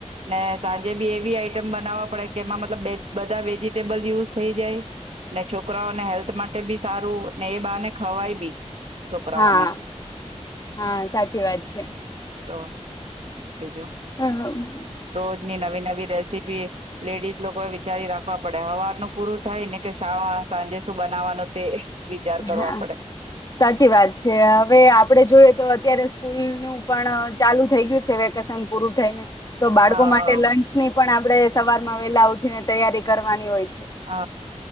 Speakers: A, on the right (about 60°); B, on the left (about 30°).
A: ને સાંજે બી એવી આ આમ બનાવવા પડે કે એમાં મતલબ બધા વેજીિટેબલ યુઝ થઈ જાય ને છોકરાઓને હેલ્થ માટે બી સારું એ બારને ખવાય બી. છોકરાઓને
B: હા હા સાચી વાત છે.
A: તો બીજુ
B: હ
A: રોજની નવી નવી રેસીપી લેડીઝ લોકો એ વિચારી રાખવા પડે હવારનું પૂરું થાય ને કે શા સાંજે શું બનાવાનું તે. વિચાર કરવા
B: હા
A: પડે
B: સાચી વાત છે હવે આપ પડે જોઈએ તો અત્યારે સ્કૂલ નું પણ ચાલુ થઈ ગયું છે વેકેશન પૂરું થઈને. તો બાળકો
A: હા
B: માટે લંચ ની પણ આપડે સવાર માં વેલા ઉ ઠીને તૈયારી કરવાની હોય છે
A: હ